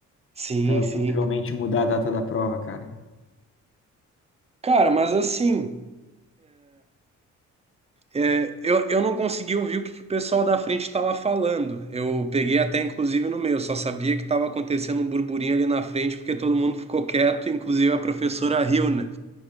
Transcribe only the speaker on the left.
pra
possivelmente mudar a data da prova, cara.